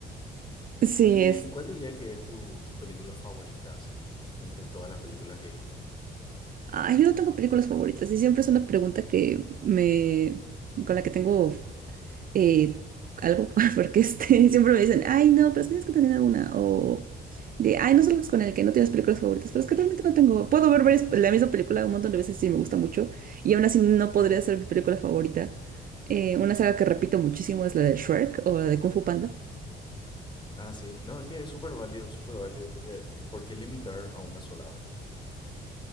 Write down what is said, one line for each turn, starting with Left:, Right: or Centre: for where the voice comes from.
Right: Sí,
Left: ¿Y
Right: es...
Left: cuál diría que es tu, tu película favorita, así, entre todas las películas que viste?
Right: Ay, yo no tengo películas favoritas y siempre es una pregunta que me... con la que tengo eh, algo, <laughs> porque este, siempre me dicen, ay, no, pero es que tienes que tener alguna, o de, ay, no salgas con el que no tienes películas favoritas, pero es que realmente no tengo, puedo ver varias- la misma película un montón de veces si me gusta mucho, y aún así no
Left: Claro.
Right: podría ser mi película favorita. Eh, una saga que repito muchísimo es la de Shrek o la de Kung Fu Panda.
Left: Ah, sí. No, es que es súper válido, súper válido, porque ¿por qué limitar a una sola, verdad?